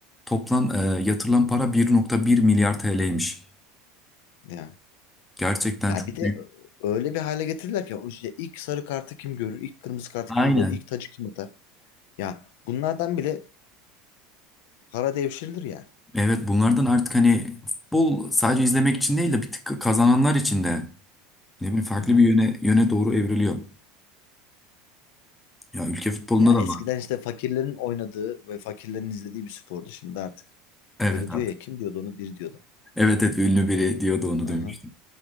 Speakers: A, in the centre; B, on the left (about 65°).
A: toplam e, yatırılan para bir nokta bir milyar TL'ymiş.
B: Ya.
A: Gerçekten
B: Ya
A: çok
B: bir de
A: büyük.
B: öyle bir hale getirdiler ki o işte ilk sarı kartı kim görür, ilk kırmızı kartı
A: Aynen.
B: kim görür, ilk tacı kim atar. Ya bunlardan bile para devşirilir yani.
A: Evet bunlardan artık hani futbol sadece izlemek için değil de bir tık kazananlar için de ne bileyim farklı
B: Hı hı.
A: bir yöne yöne doğru evriliyor. Ya ülke futbolunda
B: Ya eskiden
A: da var.
B: işte fakirlerin oynadığı ve fakirlerin izlediği bir spordu şimdi artık.
A: Evet
B: Öyle
A: abi.
B: diyor ya kim diyordu onu bir diyordu.
A: Evet evet ünlü biri diyordu onu
B: Aha.
A: duymuştum.